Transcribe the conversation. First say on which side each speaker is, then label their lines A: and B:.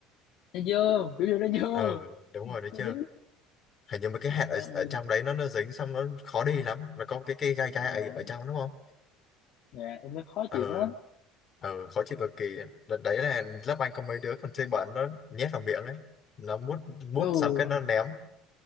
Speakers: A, on the left (about 50°); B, on the left (about 30°).
A: nó dơ kiểu như nó dơ
B: ờ đúng rồi
A: nó
B: đấy chưa
A: dính
B: hình như mấy cái
A: trời
B: hạt ở,
A: ơi
B: ở trong đấy nó nó dính xong nó khó đi lắm mà có cái cây gai
A: dạ
B: gai ấy ở trong đúng không
A: dạ em nó khó
B: ừ
A: chịu lắm
B: ừ khó chịu cực kỳ đợt đấy là lớp anh có mấy đứa còn chơi bẩn nó nhét vào miệng ấy nó mút mút
A: ừ
B: xong cái nó ném